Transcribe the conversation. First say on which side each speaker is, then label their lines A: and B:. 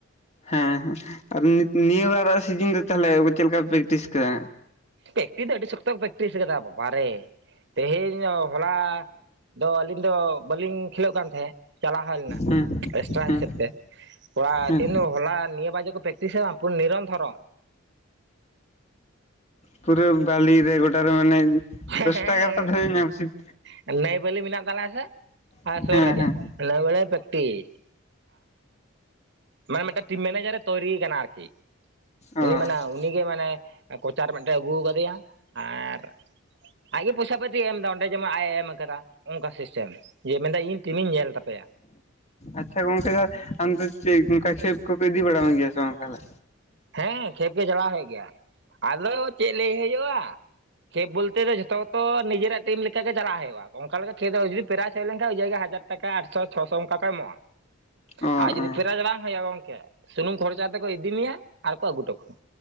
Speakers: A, on the left (about 30°); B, on the right (about 55°).
A: ᱦᱮᱸ ᱦᱮᱸ ᱟᱨ ᱱᱤᱭᱟᱹ ᱵᱟᱨᱟᱜ ᱥᱤᱡᱤᱱ ᱨᱮ ᱛᱟᱦᱚᱞᱮ ᱪᱮᱫ ᱞᱮᱠᱟ ᱯᱮᱠᱴᱤᱥ ᱟᱠᱟᱫᱟ?
B: ᱯᱮᱠᱴᱤᱥ ᱫᱚ ᱟᱹᱰᱤ ᱥᱚᱠᱛᱚ ᱠᱚ ᱯᱮᱠᱴᱤᱥ ᱠᱟᱫᱟ ᱵᱟᱵᱟᱨᱮ ᱛᱮᱦᱮᱧ ᱦᱚᱞᱟ ᱟ ᱟᱹᱞᱤᱧ ᱫᱚ ᱵᱟᱟᱹᱞᱤᱧ ᱠᱷᱮᱞᱳᱜ ᱠᱟᱱ ᱛᱟᱦᱮᱸᱫ ᱪᱟᱞᱟᱣ ᱦᱩᱭ ᱞᱮᱱᱟ
A: ᱦᱮᱸ
B: ᱮᱠᱥᱴᱨᱟ
A: ᱦᱮᱸ
B: ᱦᱤᱥᱟᱹᱵ ᱛᱮ, ᱠᱚᱲᱟ
A: ᱦᱮᱸ
B: ᱛᱤᱱ ᱦᱚᱞᱟ ᱱᱤᱭᱟᱹ ᱵᱟᱡᱮ ᱠᱚ ᱯᱨᱮᱠᱤᱤᱥ ᱠᱟᱫᱟ ᱱᱤᱨᱚᱱᱛᱚᱨ᱾
A: ᱯᱩᱨᱟᱹ ᱵᱟᱞᱤ ᱨᱮ ᱜᱚᱴᱟ ᱨᱮ ᱢᱟᱱᱮ
B: ᱦᱮᱸ
A: ᱫᱚᱥᱴᱟ ᱮᱜᱟᱨᱚᱴᱟ ᱫᱷᱟᱹᱵᱤᱡ ᱧᱟᱢ ᱠᱮᱫ
B: ᱦᱮᱸ ᱱᱟᱹᱭ ᱵᱟᱹᱞᱤ ᱢᱮᱱᱟᱜ ᱛᱟᱞᱮᱭᱟ ᱥᱮ ᱟ
A: ᱦᱮᱸ
B: ᱥᱩᱨ ᱨᱮᱜᱮ᱾
A: ᱦᱮᱸ
B: <inaudible> ᱵᱮᱲᱮ ᱯᱮᱠᱴᱤᱥ ᱾ ᱢᱟᱱᱮ ᱢᱤᱫᱴᱮᱱ ᱴᱤᱢ ᱢᱮᱱᱮᱡᱟᱨ ᱮ ᱛᱳᱭᱨᱤᱭ ᱠᱟᱱᱟ ᱟᱨᱠᱤ᱾
A: ᱚ ᱚ
B: ᱩᱱᱤ ᱢᱮᱱᱟ ᱩᱱᱤᱜᱮ ᱢᱟᱱᱮ ᱠᱚᱪᱟᱨ ᱢᱤᱫᱴᱮᱱ ᱟᱹᱜᱩ ᱠᱟᱫᱮᱭᱟ ᱟᱨ ᱟᱡ ᱜᱮ ᱯᱚᱭᱥᱟ ᱯᱟᱛᱤᱭ ᱮᱢ ᱮᱫᱟ ᱚᱸᱰᱮ ᱡᱮᱢᱚᱱ ᱟᱡ ᱮ ᱮᱢ ᱟᱠᱟᱫᱟ ᱚᱱᱠᱟ ᱥᱤᱥᱴᱮᱢ ᱡᱮ ᱢᱮᱱᱮᱫ ᱫᱟ ᱤᱧ ᱴᱤᱢ ᱤᱧ ᱧᱮᱞ ᱛᱟᱯᱮᱭᱟ᱾
A: ᱟᱪᱪᱷᱟ ᱜᱚᱝᱠᱮ ᱛᱟᱦ ᱟᱢᱫᱚ ᱪᱮᱫ ᱚᱱᱠᱟ ᱠᱷᱮᱞ ᱠᱚᱠᱚ ᱤᱫᱤ ᱵᱟᱲᱟ ᱢᱮ ᱜᱮᱭᱟ ᱥᱮ ᱵᱟᱝ ᱛᱟᱦᱚᱞᱮ?
B: ᱦᱮᱸ ᱠᱷᱮᱞ ᱜᱮ ᱪᱟᱞᱟᱣ ᱦᱩᱭᱩᱜ ᱜᱮᱭᱟ ᱟᱫᱚ ᱪᱮᱫ ᱞᱟᱹᱭ ᱦᱩᱭᱳᱜᱼᱟ ᱠᱷᱮᱞ ᱵᱚᱞᱛᱮ ᱡᱚᱛᱚ ᱜᱮᱛᱚ ᱱᱤᱡᱮᱨᱟᱜ ᱴᱤᱢ ᱞᱮᱠᱟ ᱜᱮ ᱪᱟᱞᱟᱜ ᱦᱩᱭᱩᱜᱼᱟ ᱚᱱᱠᱟ ᱞᱮᱠᱟ ᱠᱷᱮᱞ ᱡᱩᱫᱤ ᱯᱨᱟᱭᱤᱡ ᱦᱮᱡ ᱞᱮᱱᱠᱷᱟᱱᱡ ᱡᱟᱜᱮ ᱦᱟᱡᱟᱨ ᱴᱟᱠᱟ ᱟᱴᱥᱚ ᱪᱷᱚ ᱥᱚ ᱚᱱᱠᱟ ᱠᱚ ᱮᱢᱚᱜᱼᱟ᱾
A: ᱚ ᱚ
B: ᱟᱨ ᱡᱩᱫᱤ ᱯᱷᱮᱨᱟᱡ ᱵᱟᱝ ᱦᱩᱭᱩᱜᱼᱟ ᱜᱚᱝᱠᱮ ᱥᱩᱱᱩᱢ ᱠᱷᱚᱨᱪᱟ ᱛᱮᱠᱚ ᱤᱫᱤ ᱢᱮᱭᱟ ᱟᱨᱠᱚ ᱟᱹᱜᱩ ᱦᱚᱴᱚ ᱠᱟᱢᱟ᱾